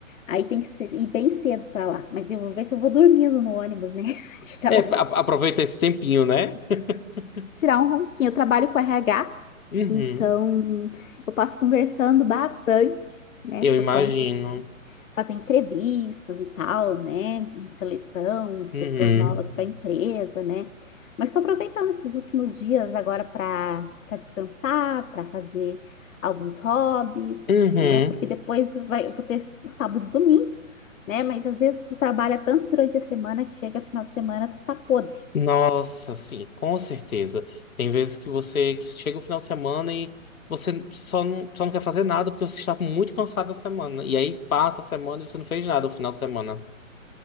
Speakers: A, on the left; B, on the left.
A: Aí tem que ser, ir bem cedo para lá. Mas eu vou ver se eu vou dormindo no ônibus, né? <laughs> Tirar,
B: É,
A: o-
B: a- aproveita esse tempinho, né? <laughs>
A: tirar um ronquinho. Eu trabalho com RH,
B: Uhum.
A: então eu passo conversando bastante, né?
B: Eu
A: Por
B: imagino.
A: conta fazer entrevistas e tal, né? Seleção de
B: Uhum.
A: pessoas novas para a empresa, né? Mas estou aproveitando esses últimos dias agora para para descansar, para fazer alguns hobbies,
B: Uhum.
A: né? Porque depois vai, eu vou ter o sábado e o domingo, né? Mas às vezes tu trabalha tanto durante a semana que chega final de semana tu tá podre.
B: Nossa, sim, com certeza. Tem vezes que você que chega o final de semana e você só não, só não quer fazer nada porque você está muito cansado da semana. E aí passa a semana e você não fez nada o final de semana.